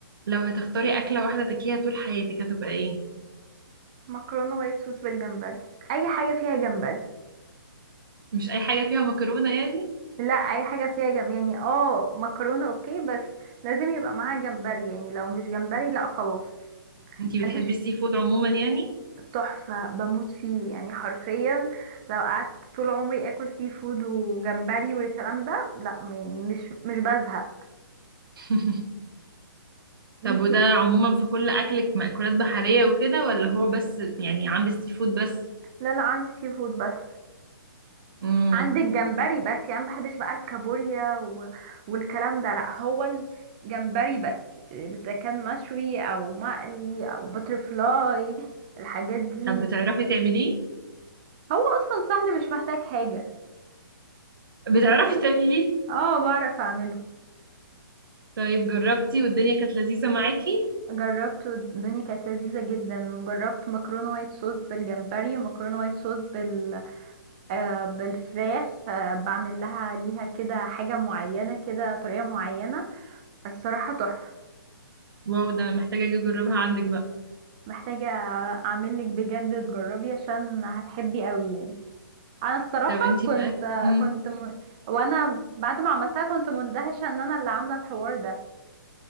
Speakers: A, on the right (about 70°); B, on the right (about 25°).
A: لو هتختاري أكلة واحدة تاكليها طول حياتك هتبقى ايه؟
B: مكرونه وايت صوص بالجمبري اي حاجه فيها جمبري
A: مش أي حاجة فيها مكرونة يعني؟
B: لا اي حاجه فيها جمبري يعني اه مكرونه اوكي بس لازم يبقى معاها جمبري يعني لو مش جمبري لا خلاص
A: انتي
B: ما عنديش
A: بتحبي السي فود عموما يعني؟
B: تحفه بموت فيه يعني حرفيا لو قعدت طول عمري اكل سي فود وجمبري والكلام ده لا م- مش مش بزهق
A: <laughs>
B: انت
A: طب وده عموما في كل أكلك مأكولات بحرية وكده ولا هو بس يعني عند السي فود بس؟
B: لا لا عندي سي فود بس
A: مم.
B: عندك جمبري بس يعني ما بحبش بقى الكابوريا و... والكلام ده لا هو الجمبري بس اذا كان مشوي او مقلي او بترفلاي الحاجات دي
A: طب بتعرفي تعمليه؟
B: هو اصلا سهل مش محتاج حاجة
A: بتعرفي تعمليه؟
B: اه بعرف اعمله
A: طيب جربتي والدنيا كانت لذيذة معاكي؟
B: جربته الدنيا كانت لذيذة جدا وجربت مكرونة وايت صوص بالجمبري ومكرونة وايت صوص بال آه بالفراخ آه بعمل لها ليها كده حاجة معينة كده طريقة معينة الصراحة تحفة
A: واو ده أنا محتاجة أجي أجربها عندك بقى
B: محتاجة اعمل لك بجد تجربي عشان هتحبي قوي يعني انا الصراحة
A: طب انتي
B: كنت
A: في أكل؟ مم.
B: كنت م... وانا بعد ما عملتها كنت مندهشة ان انا اللي عاملة الحوار ده